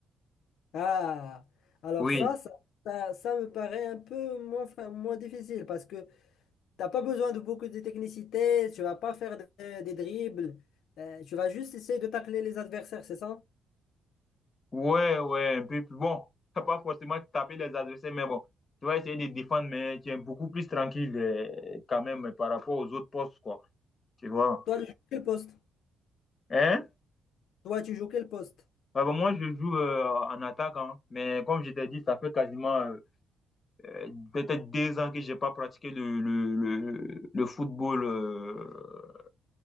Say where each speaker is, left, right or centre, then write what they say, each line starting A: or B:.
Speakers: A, on the left; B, on the left.
A: <laughs> Ah, alors
B: Oui,
A: ça, ça, ça, ça me paraît un peu moins, fa- moins difficile parce que t'as pas besoin de beaucoup de technicité, tu vas pas faire des, des dribbles, euh, tu vas juste essayer de tacler les adversaires, c'est ça?
B: ouais, ouais, un peu plus. Bon, <laughs> t'as pas forcément taper les adversaires, mais bon, tu vas essayer de défendre, mais tu es beaucoup plus tranquille euh, quand même euh, par rapport aux autres postes, quoi. Tu vois.
A: Toi, tu joues quel poste?
B: Hein?
A: Toi, tu joues quel poste?
B: Bah, bah, moi, je joue euh, en attaque, hein. mais comme je t'ai dit, ça fait quasiment euh, euh, peut-être deux ans que j'ai pas pratiqué le, le, le, le football. euh,